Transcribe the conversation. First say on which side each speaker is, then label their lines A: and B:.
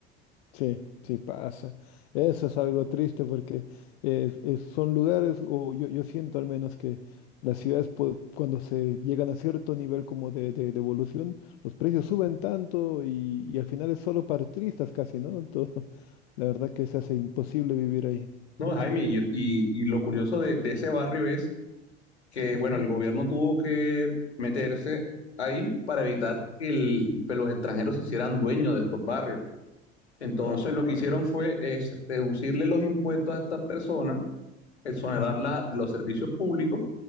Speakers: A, on the left; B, on the left.
A: Sí, sí pasa. Eso es algo triste porque eh, es- son lugares, o yo, yo siento al menos que las ciudades po- cuando se llegan a cierto nivel como de, de, de evolución, los precios suben tanto y, y al final es solo para turistas casi, ¿no? Entonces, <laughs> la verdad que se hace imposible vivir ahí.
B: No, Jaime, y, y- y lo curioso de, de ese barrio es que,
A: Ujú.
B: bueno, el gobierno tuvo que meterse ahí para evitar que, el- que los extranjeros se hicieran dueños de estos barrios. Entonces,
A: Ah,
B: lo que hicieron fue es reducirle los impuestos a estas personas, exonerarlas
A: ujú.
B: de los servicios públicos